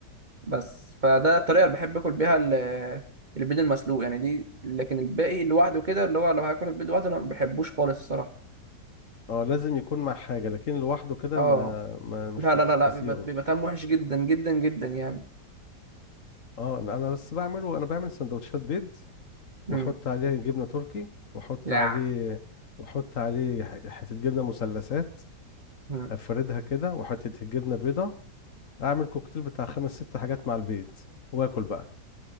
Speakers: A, on the right; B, on the left.
A: بس فده الطريقه اللي بحب اكل بيها ال- البيض المسلوق يعني دي لكن الباقي لوحده كده اللي هو لو هاكل البيض لوحده انا ما بحبوش خالص الصراحه
B: آه، لازم يكون مع حاجة لكن لوحده كده
A: اه
B: ما, ما مش
A: لا
B: بتستسيغه
A: لا لا لا بيبقى بيبقى طعمه وحش جدا جدا جدا يعني
B: اه لا، انا بس بعمله انا بعمل سندوتشات بيض واحط
A: امم
B: عليه جبنه تركي واحط
A: يا
B: عليه واحط عليه ح- حته جبنه مثلثات
A: مم.
B: افردها كده وحته جبنه بيضه اعمل كوكتيل بتاع خمس ست حاجات مع البيض واكل بقى